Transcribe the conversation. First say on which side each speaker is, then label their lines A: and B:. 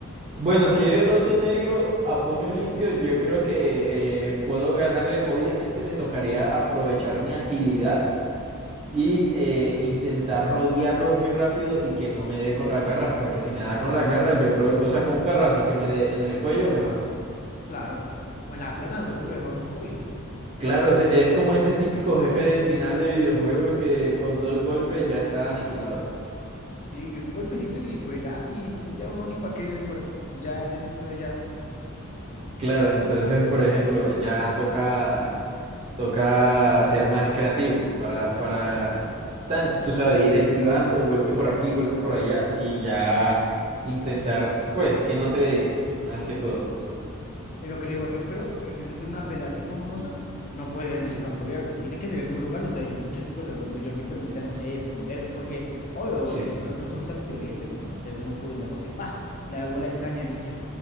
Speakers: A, on the right; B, on the left.
A: Bueno, si es el oso negro a puño limpio, yo creo que eh, puedo ganarle. Obviamente me tocaría aprovechar mi agilidad y eh, intentar rodearlo muy rápido y que no me dé con las garras, porque si me da con las garras, yo creo, o sea, con un garrazo que me dé en el cuello, me mató.
B: Claro. O en la pierna, pero eso lo deja uno inmóvil.
A: Claro, se- es como ese típico jefe de final de videojuego que con dos golpes ya está aniquilado.
B: Sí, un golpecito y pues ya, ni, ya uno ni para qué se esfuerza. Ya en eso, entonces ya,
A: Claro, entonces, por ejemplo, ya toca, toca ser más creativo para, para, tan, tú sabes, ir esquivando, golpe por aquí, golpe por allá y ya intentar, pues, que no te dé, más
B: mm,
A: que todo.
B: Es lo que le digo, yo creo que si uno tiene una pelea así con un oso, no puede ser en
A: Sí,
B: un campo abierto, tiene que ser en un lugar donde haya muchas cosas, donde yo me permita, no sé, esconderme, porque, obvio,
A: sí.
B: los osos no son tan inteligentes, ¿no? Entonces uno podría, no sé, pa, le hago la engañadiña